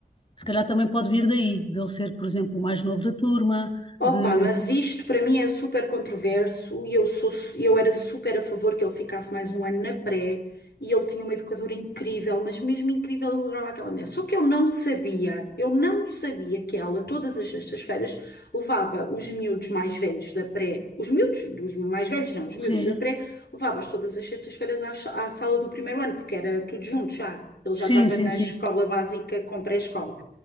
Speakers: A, on the left; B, on the left.
A: se calhar também pode vir daí, dele ser, por exemplo, o mais novo da turma,
B: Opa,
A: de...
B: mas isto para mim é super controverso e eu sou, eu era super a favor que ele ficasse mais um ano na pré e ele tinha uma educadora incrível, mas mesmo incrível eu adorava aquela mulher. Só que eu não sabia, eu não sabia que ela todas as sextas-feiras levava os miúdos mais velhos da pré, os miúdos, os mais velhos não, os miúdos
A: Sim,
B: da pré, levava-os todas as sextas-feiras à, sa- à sala do primeiro ano, porque era tudo junto já. Ele já
A: sim,
B: estava
A: sim,
B: na
A: sim.
B: escola básica com pré-escola